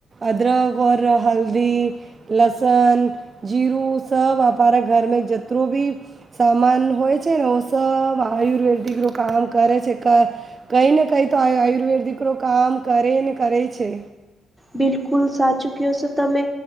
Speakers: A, on the right; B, in the centre.
A: અદરક ઓર હલ્દી લસન જીરું સબ આપાર ઘર મે જતરો ભી સામાન હોય છે ને ઓ સ આયુર્વેદિક ન કામ કરે છે. કઈ ને કઈ તો આયુર્વેદ દીકરો કામ કરે ને કરે છે.
B: બિલકુલ સાચું કયો છો તમે